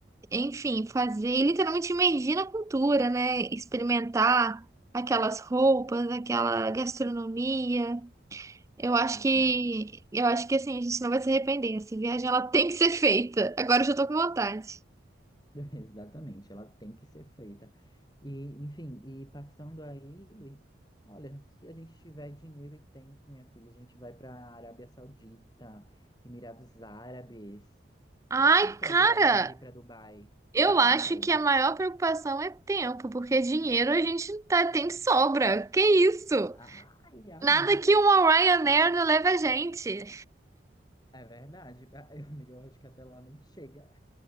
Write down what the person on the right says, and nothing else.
enfim, fazer e literalmente imergir na cultura, né? Experimentar aquelas roupas, aquela gastronomia. Eu acho
que, eu acho que assim, a gente não vai se arrepender. Essa viagem ela tem que ser feita. Agora eu já tô com vontade.
Ai,
cara,
eu
acho
que a maior preocupação é tempo, porque dinheiro a gente tá, tem de sobra. Que isso?
Nada que uma Ryanair não leve a gente.